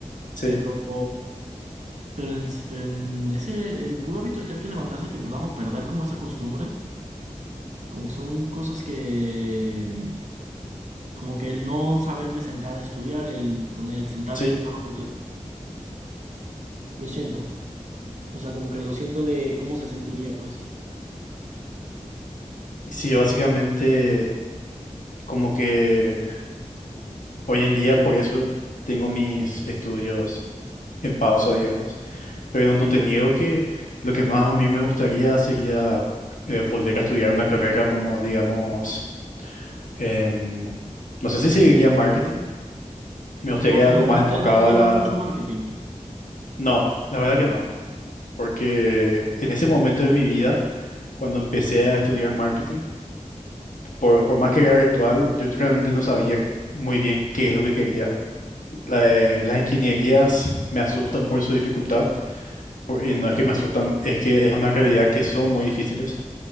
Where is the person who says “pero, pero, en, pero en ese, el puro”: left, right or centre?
Right